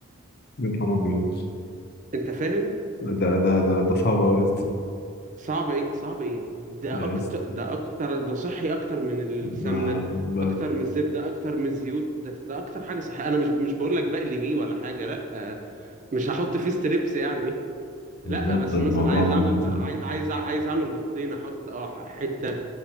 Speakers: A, on the left; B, on the right.
A: يا نهار أبيض
B: انت فاهم
A: ده ده ده ده صعب أوي
B: صعب ايه صعب ايه ده
A: <laughs> لا
B: اكتر
A: يس-
B: ده اكتر ده صحي اكتر من السمنة
A: ما ما
B: اكتر من الزبدة اكتر من الزيوت ده ده اكتر حاجة صحية انا مش مش بقول لك بقلي بيه ولا حاجة لا آه، مش هحط فيه ستريبس يعني <laughs>
A: بالظبط
B: لا بس
A: الموضوع
B: مثلا عايز
A: مدوس
B: اعمل ب- عاي- عايز أع- عايز اعمل بالطين احط اه ح- حتة